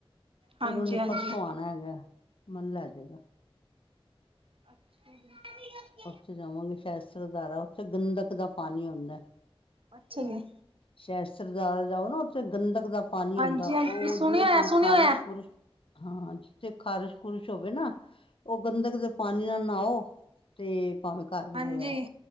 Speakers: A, on the left (about 60°); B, on the right (about 65°).
A: ਫੇਰ
B: ਹਾਂਜੀ
A: ਉਹਨੇ
B: ਹਾਂਜੀ।
A: ਪਰਸੋਂ ਆਣਾ ਹੈਗਾ, ਮੰਨ ਲੈ ਜੇਗਾ।
B: <unintelligible>
A: ਉੱਥੇ ਜਾਵਾਂਗੇ ਸ਼ੈਸਦਾਰਾ ਉੱਥੇ ਗੰਦਕ ਦਾ ਪਾਣੀ ਹੁੰਦਾ।
B: ਅੱਛਾ ਜੀ।
A: ਸ਼ੈਸ਼ਸਧਾਰਾ ਜਾਓ ਨਾ, ਉੱਥੇ ਗੰਦਕ ਦਾ ਪਾਣੀ
B: ਹਾਂਜੀ
A: ਆਉਂਦਾ
B: ਹਾਂਜੀ
A: ਉਹ
B: ਸੁਣਿਆ
A: ਜਿਵੇਂ ਤੁਹਾਨੂੰ
B: ਹੋਇਆ ਸੁਣਿਆ
A: ਖ਼ਾਰਸ਼-ਖੁਰਸ਼
B: ਹੋਇਆ,
A: ਹਾਂ ਜਿੱਥੇ ਖਾਰਸ਼-ਖੂਰਸ਼ ਹੋਵੇ ਨਾ ਉਹ ਗੰਦਕ ਦੇ ਪਾਣੀ ਨਾਲ ਨਾਓ ਤੇ ਭਾਵੇਂ ਘਰ ਵੀ
B: ਹਾਂਜੀ।
A: ਲਿਆਓ,